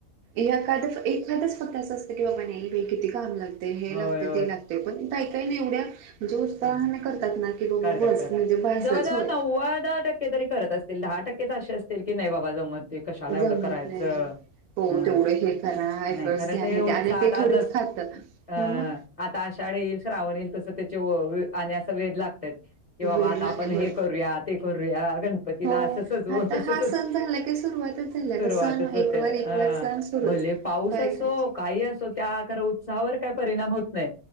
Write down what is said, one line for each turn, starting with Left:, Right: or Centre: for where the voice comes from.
Right: एखादं एखादच फक्त असं असतं की बाबा नाही वे किती काम लागते हे
Left: होय,
Right: लागते ते लागते पण काही काही नाही एवढ्या म्हणजे उत्साहाने
Left: ह
Right: करतात ना की बाबा
Left: करतात
Right: बस
Left: करत
Right: म्हणजे बसच
Left: जवळ जवळ
Right: होय
Left: नव्वदाहा टक्के तरी करत असत दहा टक्केच असे असतील की नाही बाबा ज मत ते कशाला एवढं
Right: जमत
Left: करायचं
Right: नाही हो
Left: ह
Right: तेवढं हे करा एफर्ट्स
Left: नाही खर
Right: घ्या
Left: ते
Right: हे
Left: उत्साह
Right: आणि ते
Left: आता
Right: थोडेच खातं
Left: अ
Right: मग
Left: आता ा येईल श्रवण येईल तस त्याचे असा वेध लागत कि
Right: वेळ
Left: बाबा आता
Right: लागेल
Left: आपण हे
Right: होय
Left: करूया ते करूया गणपतीला
Right: हो
Left: असं सजवू
Right: आता
Left: तस
Right: हा
Left: सजव
Right: सण झाला की सुरुवातच झाली आता
Left: सुरुवातच
Right: सण एकवर
Left: होते
Right: एकवर
Left: अ
Right: सण सुरूच
Left: भले पाऊस
Right: बायकांची
Left: असो काही असो त्या उत्वर काय परिणाम होत नाही